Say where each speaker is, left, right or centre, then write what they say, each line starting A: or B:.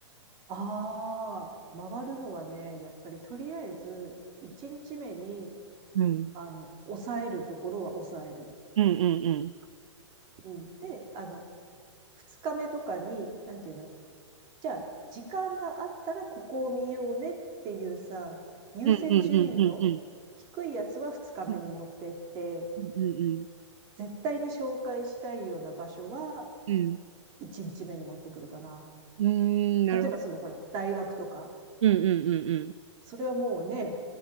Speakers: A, on the right; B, on the right.
A: ああ、回るのはね、やっぱりとりあえず、1日目に、
B: うん。
A: あの、抑えるところは抑える。
B: うんうんうん。
A: うん。で、あの、2日目とかに、なんていうの、じゃあ、時間があったらここを見ようねっていうさ、優先順位の
B: うんうんうんうんうん。
A: 低いやつは2日目に持ってって、
B: うんうん
A: 絶対に紹介したいような場所は
B: うんうん。
A: 1日目に持ってくるかな。
B: うん。うーん、なるほど。
A: 例えばそのほら、大学とか、
B: うんうん
A: それはもうね、